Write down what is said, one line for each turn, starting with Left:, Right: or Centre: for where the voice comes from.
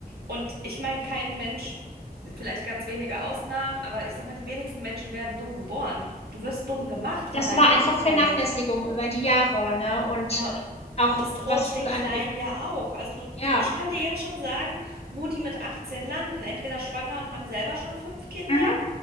Right: Und ich meine, kein Mensch, vielleicht ganz wenige Ausnahmen, aber ich sag mal, die wenigsten Menschen werden dumm geboren. Du wirst dumm gemacht von
Left: das
Right: deinem
Left: war
Right: Umfeld.
Left: einfach Vernachlässigung über die Jahre, ne? Und
Right: Ja.
Left: äh, auch
Right: Und es droht
Left: was Schule
Right: den Kleinen
Left: angeht,
Right: ja auch. Also du,
Left: ja.
Right: du, ich kann dir jetzt schon sagen, wo die mit 18 landen. Entweder schwanger und haben selber schon fünf Kinder
Left: Mhm,